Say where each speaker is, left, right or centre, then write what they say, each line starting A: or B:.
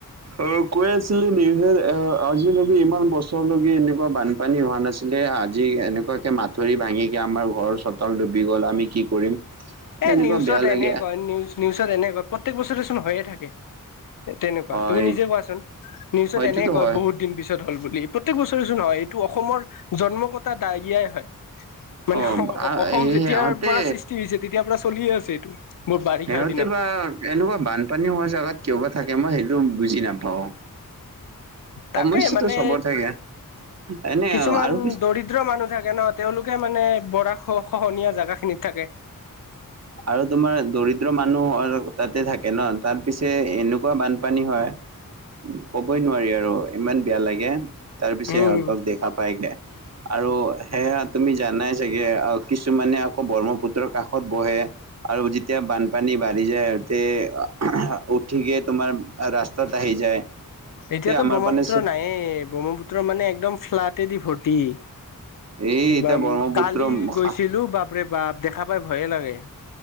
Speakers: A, on the right; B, on the left.
A: অ', কৈ আছিলি নিউজত এ, আজিলৈকে ইমান বছৰলৈকে এনেকুৱা বান পানী হোৱা নাছিলে আজি এনেকুৱাকে মাথৰি ভাঙিকে আমাৰ ঘৰ চোতাল ডুবি গ'ল আমি কি কৰিম?
B: এ,
A: এনেকুৱা
B: নিউচত
A: বেয়া লাগে
B: এনে কয় নিউচ নিউচত এনে কয় প্ৰত্যেক বছৰে চোন হৈয়ে থাকে। এ, তেনেকুৱা
A: হয়
B: তুমি নিজে কোৱাচোন নিউচত
A: হয়তোতো
B: এনে কয়
A: হয়
B: বহুত দিন পিছ তত হ'ল বুলি প্ৰত্যেক বছৰে ছোন হয় এইটো অসমৰ জন্ম কটা দায়িয়াই হয়। মানে
A: অ',
B: অ-অ-অসম
A: সেই
B: যেতিয়াৰ
A: সিহঁতে
B: পৰা সৃষ্টি হৈছে তেতিয়াৰ পৰা চলিয়ে আছে এইটো। মোৰ বাৰিষাৰ
A: সিহঁতে
B: দিনত
A: বা এনেকুৱা বানপানী হোৱা জেগাত কিয় বা থাকে মই সেইটো বুজি নাপাওঁ। সমস্যাটো
B: তাকে মানে
A: চবৰ থাকে। এনে
B: কিছুমান
A: আৰু
B: দৰিদ্ৰ মানুহ থাকে ন তেওঁলোকে মানে বৰাশ খহনীয়া জেগাখিনিত থাকে।
A: আৰু তোমাৰ দৰিদ্ৰ মানুহ <unintelligible> তাতে থাকে ন' তাৰ পিছে এনেকুৱা বানপানী হয়। ক'বই নোৱাৰি আৰু ইমান বেয়া লাগে। তাৰ পিছে
B: উম
A: সিহঁতক দেখা পাইগে আৰু সেয়া তুমি জানাই চা চাগে আ, কিছুমানে আকৌ ব্ৰহ্মপুত্ৰৰ কাষত বহে। আৰু যেতিয়া বানপানী বাঢ়ি যায় সিহঁতে <unintelligible> উঠিকে তোমাৰ আ, ৰাস্তাত আহি যায়।
B: এতিয়াতো
A: এই আমাৰ
B: ব্ৰহ্মপুত্ৰ
A: পানে চ-
B: নাইয়ে ব্ৰহ্মপুত্ৰ মানে একদম ফ্লাটেদি ভৰ্তি।
A: এই
B: <unintelligible>
A: এতিয়া ব্ৰহ্মপুত্ৰ
B: কালি
A: খা-
B: গৈছিলোঁ বাপৰে বাপ দেখা পাই ভয়ে লাগে।